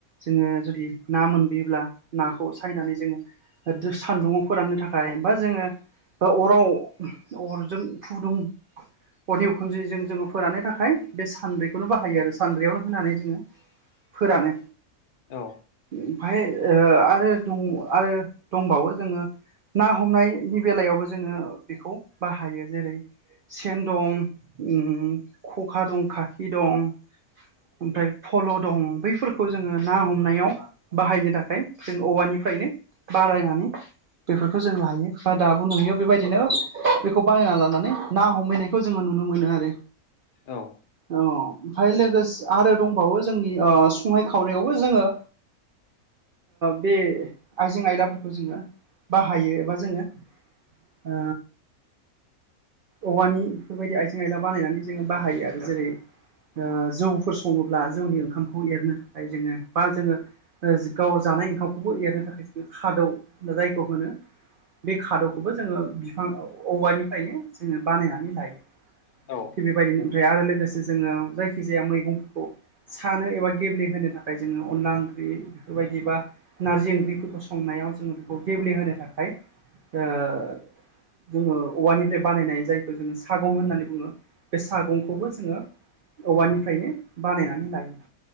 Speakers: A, on the right; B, on the left.
A: जोङो जुदि ना मोनबोयोब्ला नाखौ सायनानै जोङो सान्दुंङाव फोराननो थाखाय बा जोङो अराव अरजों फुदुं अरनि उखुन्द्रिजों जोङो फोरोनानो थाखाय बे सानद्रैखौनो बाहायो आरो सानद्रैयावनो होनानै जोङो फोरानो।
B: औ
A: ओमफाय आरो द आरो दंबावो जोङो ना हमनायनि बेलायावबो जोङो बेखौ बाहायो जेरै सेन दं खखा दं खाखि दं। ओमफ्राय फल' दं बैफोरखौ जोङो ना हमनायाव बाहायनो थाखाय जों औवानिफ्रायनो बारायनानै बेफोरखौ जों लाहायो ब दाबो नुयो बेबायदिनो बेखौ बानायना लानानै ना हमहैनायखौ खौ जोङो नुनो मोनो आरो।
B: औ।
A: औ ओमफ्राय लोगोसे आरो दंबावो जोंनि संनाय खावनायावबो जोङो बे आइजें आयलाफोरखौ जोङो बाहायो एबा जोङो ओ औवानि बेफोरबायदि आइजें आयला बानायनानै जोङो बाहायो आरो जेरै ओ जौफोर सङोब्ला जौनि ओंखामखौ एरनो थाखाय जोङो बा जोङो ओ गाव जानाय ओंखामखौबो एरनो थाखाय जोङो खादौ जायखौ होनो बे खादोव खौबो जोङो फिफां औवानिफ्रायनो जोङो बानायनानै लायो
B: औ।
A: थिग बेबायदिनो ओमफ्राय आरो लोगोसे जोङो जायखिजाया मैगंफोरखौ सानो एबा गेब्लेहोनो थाखाय जोङो अनला बेफोरबायदि बा नारजि ओंख्रिफोरखौ संनायाव जोङो बेखौ गेब्लेहोनो थाखाय <inaudible> जोङो औवानिफ्राय बानायनाय जायखौ जोङो सागं होननानै बुङो बे सागंखौबो जोङो औवानिफ्रायनो बानायनानै लायो